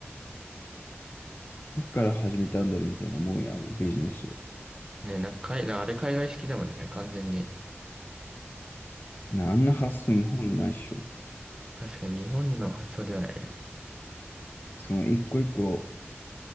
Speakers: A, on the left; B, on the right.
A: どっから始めたんだろうみたいなもうやビジネス。
B: ね、なんか海、あれ海外式だもんね、完全に。
A: なあんな発想日本にないっしょ。
B: 確かに日本の発想ではないね。
A: その一個一個、